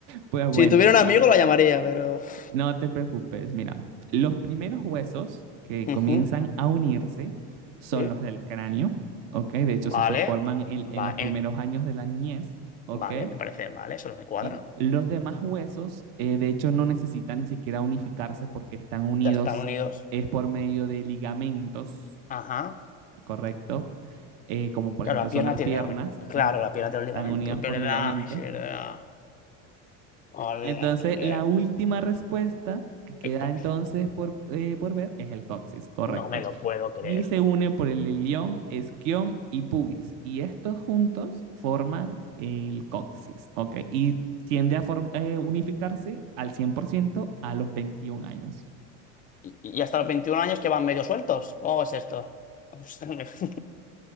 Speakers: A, on the right (about 65°); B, on the left (about 25°).
A: Pues bueno,
B: Si tuviera
A: mira,
B: un amigo lo llamaría, pero... uf.
A: No te preocupes, mira, los primeros huesos que
B: Ujú,
A: comienzan a unirse son
B: sí.
A: los del cráneo, ¿ok? De hecho, esos
B: Vale,
A: se forman en, en
B: va
A: los primeros
B: en,
A: años de la niñez, ¿ok?
B: vale, me parece, vale, solo me cuadra.
A: ¿Sí? Los demás huesos, eh, de hecho, no necesitan ni siquiera unificarse porque están unidos,
B: Ya están unidos.
A: es por medio de ligamentos,
B: Ajá.
A: ¿correcto? Eh, como por
B: Claro,
A: ejemplo
B: la
A: son
B: pierna
A: las
B: tiene
A: piernas,
B: ligamen- Claro,
A: ujú,
B: la pierna
A: que
B: tiene
A: están
B: los ligamentos.
A: unidas
B: Es verdad,
A: por ligamentos.
B: es verdad. Hola,
A: Entonces,
B: eh,
A: la última respuesta que queda
B: estos.
A: entonces por, eh, por ver es el coxis, correcto.
B: No me lo puedo creer.
A: Y se unen por el ilión, esquión y pubis. Y estos juntos forman el coxis, ¿ok? Y tiende a form- eh, unificarse al 100% a los 21 años.
B: ¿Y, y hasta los 21 años que van medio sueltos? ¿Cómo es esto? <laughs>